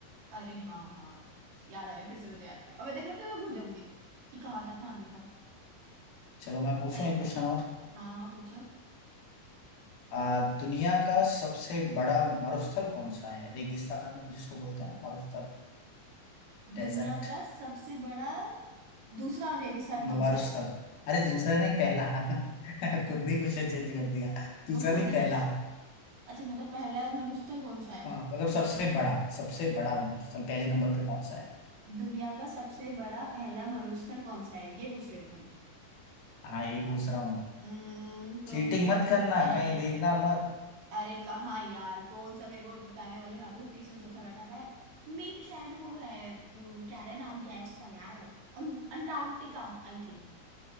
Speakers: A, on the right; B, on the left.
A: अरे हाँ हाँ याद आ गया फिर से मुझे याद आ गया और मैं देख रहा हूँ फिर मैं भूल जाऊंगी कि कहाँ था कहाँ नहीं था
B: चलो मैं पूछूं
A: सही
B: एक क्वेश्चन और
A: हाँ हाँ पूछो
B: आ, दुनिया का सबसे बड़ा मरुस्थल कौन सा है रेगिस्तान जिसको बोलते हैं ना मरुस्थल
A: दुनिया
B: डेजर्ट
A: का सबसे बड़ा दूसरा रेगिस्तान कौन
B: मरुस्थल
A: सा है
B: अरे दूसरा नहीं पहला <laughs> खुद नहीं क्वेश्चन चेंज कर दिया दूसरा
A: वो खुद
B: नहीं पहला
A: अच्छा मतलब पहला मरुस्थल कौन सा है
B: हाँ मतलब सबसे बड़ा सबसे बड़ा मरुस्थल पहले नंबर पे कौन सा है
A: दुनिया का सबसे बड़ा पहला मरुस्थल कौन सा है ये पूछ रहे हो तुम
B: हाँ यही पूछ रहा हूँ
A: हम्म, तो
B: चीटिंग
A: मुझे
B: मत
A: लगता
B: करना
A: है
B: कहीं देखना मत
A: अरे कहाँ यार कौन सा मेरे को बताने वाले हैं? यहाँ पे तीसरा चौथा बैठा हुआ है मे भी शायद वो है अम, क्या रहे नाम क्या है उसका यार अं- अंटार्कटिका आई थिंक